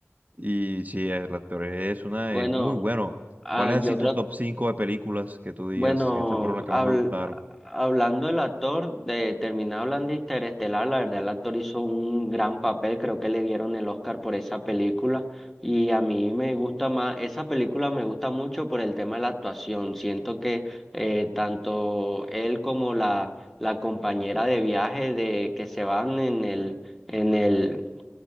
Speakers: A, on the right; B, in the centre.
A: Y sí, el actor es una,
B: bueno,
A: es muy bueno.
B: ah,
A: ¿Cuál es
B: yo
A: así
B: creo
A: tu top 5 de películas que tú digas?
B: Bueno,
A: Estas fueron las que
B: habl-
A: más me gustaron.
B: hablando del actor, de terminado hablando de Interestelar, la verdad el actor hizo un gran papel, creo que le dieron el Oscar por esa película y a mí me gusta más, esa película me gusta mucho por el tema de la actuación, siento que eh, tanto él como la, la compañera de viaje de que se van en el, en el,